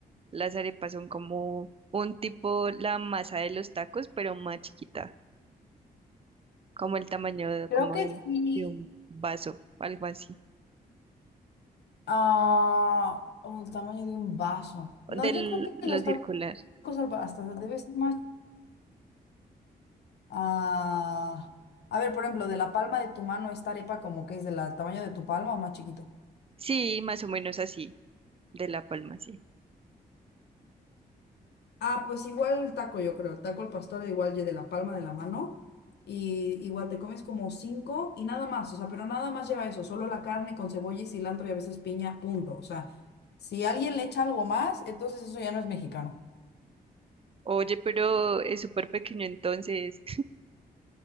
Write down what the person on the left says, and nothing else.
Creo que
sí,
a un tamaño de un vaso. No,
yo creo que
los
tacos al- hasta debe ser más. Ah, a ver, por ejemplo, de la palma de tu mano, esta arepa como que es del tamaño de tu palma o más chiquito.
Ah, pues igual el taco, yo creo. El taco al pastor, igual y de la palma de la mano. Y igual te comes como cinco y nada más. O sea, pero nada más lleva eso. Solo la carne con cebolla y cilantro y a veces piña, punto. O sea, Si alguien le echa algo más, entonces eso ya no es mexicano.